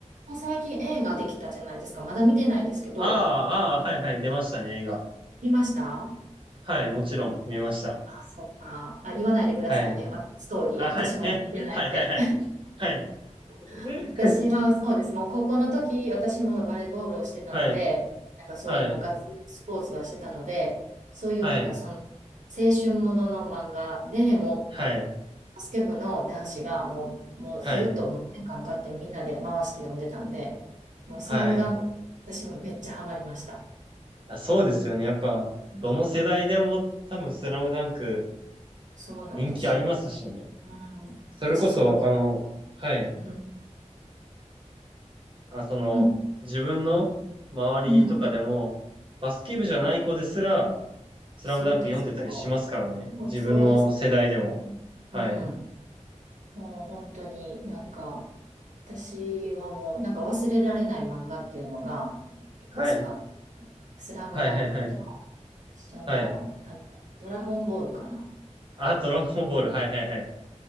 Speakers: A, on the right; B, on the right.
A: こ最近映画できたじゃないですか。まだ見てないんですけど、
B: ああ、ああ、はい、はい、出ましたね、映画。
A: 見ました
B: はい、もちろん、見ました。
A: そっか。あ、言わないでくださいね。
B: はい。
A: あ、ストーリー。
B: あ、はい。
A: 私まだ見てないんで。
B: <laughs> はい、はい、はい。はい。<laughs>
A: <laughs> 私はそうです。もう高校の時、私もバレーボールをしてたので、
B: はい、
A: なんかそういうもうガッツリスポーツはしてたので、
B: はい、
A: そういうなんかその青春ものの漫画でも
B: はい、はい、
A: うバスケ部の男子がもう、もうずっともう年間かってみんなで回して読んでたんで、
B: はい、
A: もうスラムダンク、
B: はい。
A: 私もめっちゃハマりました。
B: あ、そうですよね。やっぱ、
A: うん、
B: どの世代でも多分スラムダンク
A: そうなんですよ。
B: 人気ありますしね。
A: うん、
B: それこそ、
A: 私その、
B: あの、はい。
A: うん、
B: あ、その、
A: うん、
B: 自分の周りとかでも、
A: うん。
B: バスケ部じゃない子ですら、スラムダンク読んでたりしますからね。
A: そうですよ。もうそうですよ。
B: 自分の世代でも。
A: うん。
B: はい。
A: もう本当になんか、私はもうなんか忘れられない漫画っていうのが、いくつか、
B: はい。
A: スラムダンクと、
B: はい、はい、はい。
A: その、
B: はい。
A: あの、ドラゴンボールかな。
B: あ、ドラゴンボール。はい、はい、はい。